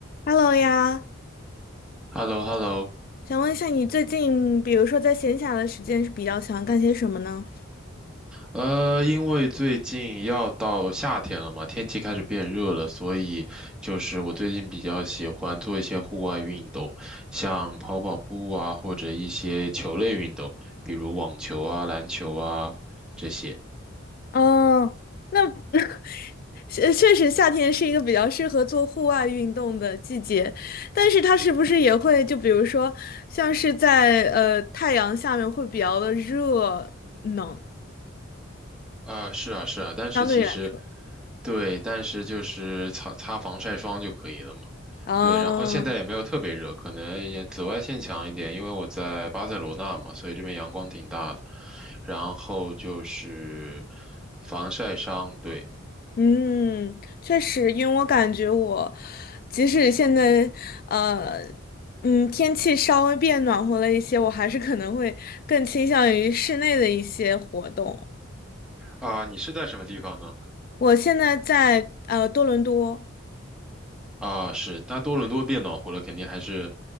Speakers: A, on the left; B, in the centre.
A: Hello 呀，
B: h e l l o h e l l o
A: 想问一下你最近，比如说在闲暇的时间是比较喜欢干些什么呢？
B: 呃，因为最近要到夏天了嘛，天气开始变热了，所以就是我最近比较喜欢做一些户外运动，像跑跑步啊，或者一些球类运动，比如网球啊、篮球啊这些。
A: 哦，那 <laughs> 确确实夏天是一个比较适合做户外运动的季节，但是它是不是也会就比如说像是在呃太阳下面会比较的热呢？
B: 啊，是啊，是啊，但是其实，
A: 相对来说，
B: 对，但是就是擦擦防晒霜就可以了嘛。
A: 嗯。
B: 对，然后现在也没有特别热，可能也紫外线强一点，因为我在巴塞罗那嘛，所以这边阳光挺大的。然后就是防晒霜，对
A: 嗯，确实，因为我感觉我，即使现在，呃，嗯，天气稍微变暖和了一些，我还是可能会更倾向于室内的一些活动。
B: 啊，你是在什么地方呢？
A: 我现在在呃多伦多，
B: 啊，是，那多伦多变暖和了，肯定还是